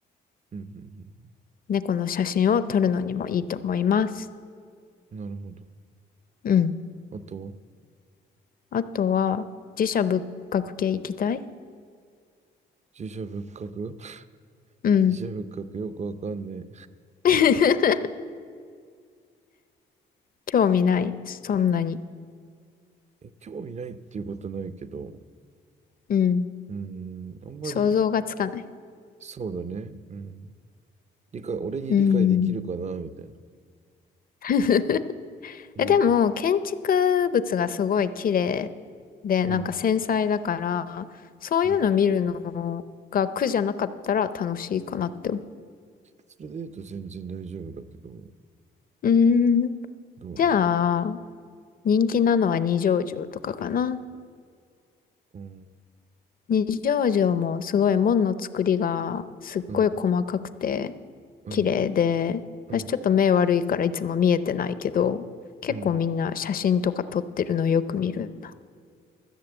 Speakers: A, on the right; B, on the left.
A: うん、うん、
B: 猫の写真を撮るのにもいいと思います。
A: うん。なるほど。
B: うん。
A: あと、
B: あとは寺社仏閣系行きたい
A: 自社仏閣 <laughs>
B: うん。
A: 自社仏閣よくわかんね
B: <laughs> 興味ない。そんなに。
A: え。え、興味ないっていうことないけど、
B: うん。
A: うん、あんまり、
B: 想像がつかない。
A: そうだね。うん。理解、俺に理解できるかな、
B: うん。
A: みたいな。
B: <laughs>
A: うん、
B: え、でも、建築物がすごい綺麗で、
A: うん、
B: なんか繊細だから、そういうの見るのが苦じゃなかったら楽しいかなって思
A: うん。それで言うと全然大丈夫だけど、
B: う。うーん。
A: どうなんだろ
B: じゃあ、人気なのは二条城とかかな。
A: うな。うん、
B: 二条城もすごい門の作りがすっごい細かくて
A: うん、うん、
B: 綺麗で、
A: うん、
B: 私ちょっと目悪いからいつも見えてないけど、結構みんな写真とか撮ってるのよく見るな。
A: うん、うん、